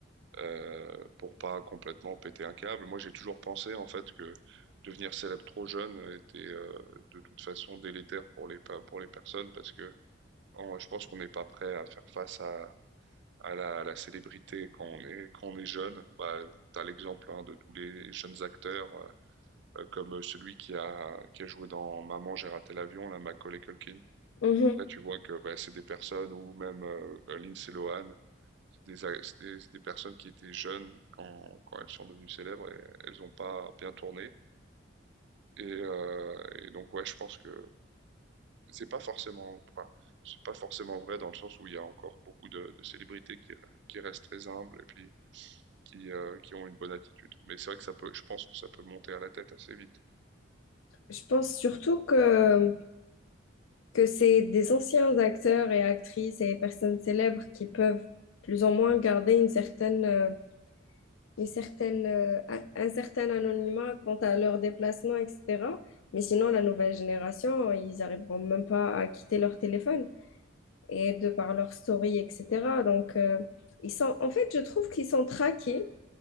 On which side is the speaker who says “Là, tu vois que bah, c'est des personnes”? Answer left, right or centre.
Right